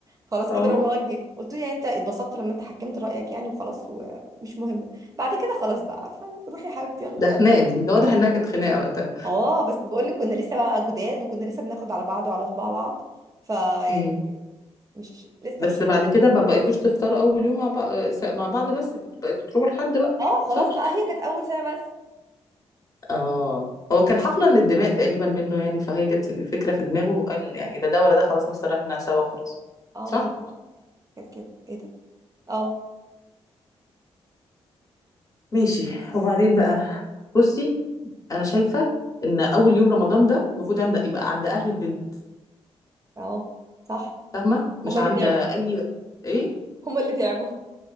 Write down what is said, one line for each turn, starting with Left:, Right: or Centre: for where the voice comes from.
Right: خلاص كده
Left: اه
Right: رمضان جه قلت له يعني انت اتبسطت لما انت حكمت رأيك يعني وخلاص ومش مهم بعد كده خلاص بقى عارفه انا روحي يا حبيبتي يلا
Left: ده
Right: يلا
Left: خناقه دي ده واضح انها كانت خناقه وقتها
Right: اه بس بقول لك كنا لسه بقى جداد وكنا لسه بناخد على بعض وعلى طباع بعض فيعني
Left: امم
Right: مش لسه
Left: بس
Right: مش
Left: بعد كده ما بقيتوش تفطروا اول يوم مع بعض مع بعض بس كنتوا بقيتوا تروحوا لحد بقى
Right: اه خلاص
Left: صح
Right: بقى هي كانت اول سنة بس
Left: اه هو كان حقنا للدماء تقريبا منه يعني فهي جت فكره في دماغه قال يعني لا ده ولا ده خلاص نفطر احنا سوا وخلاص
Right: اه
Left: صح
Right: والله كانت كده ايه ده اه
Left: ماشي وبعدين بقى بصي انا شايفه ان اول يوم رمضان ده المفروض عند يبقى عند اهل البنت
Right: اه صح
Left: فاهمه مش
Right: هما
Left: عند
Right: اللي تعبوا
Left: اي ايه
Right: هما اللي تعبوا